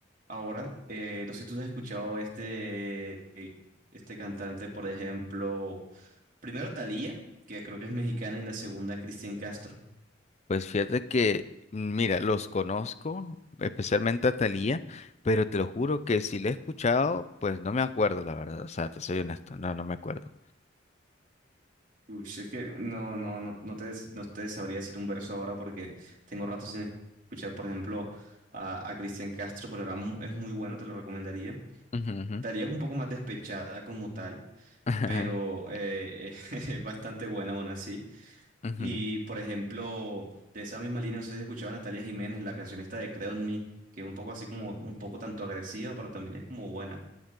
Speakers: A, on the right; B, on the left.
A: Ahora, eh, no sé si tú has escuchado este, este cantante, por ejemplo, primero Thalía, que creo que es mexicana, y la segunda Cristian Castro.
B: Pues fíjate que, mira, los conozco, especialmente a Thalía, pero te lo juro que si la he escuchado, pues no me acuerdo, la verdad, o sea, te soy honesto, no, no me acuerdo.
A: Uy, es que no, no, no, no te, no te sabría decir un verso ahora porque tengo rato sin escuchar, por ejemplo, a, a Cristian Castro, pero era mu- es muy bueno, te lo recomendaría.
B: Ujú, ujú.
A: Thalía es un poco más despechada como tal,
B: <laughs>
A: pero eh, <laughs> es bastante buena aún así.
B: Ujú,
A: Y por ejemplo, de esa misma línea, no sé si has escuchado a Natalia Jiménez, la canción esta de Creed on Me, que es un poco así como, un poco tanto agresiva, pero también es como buena.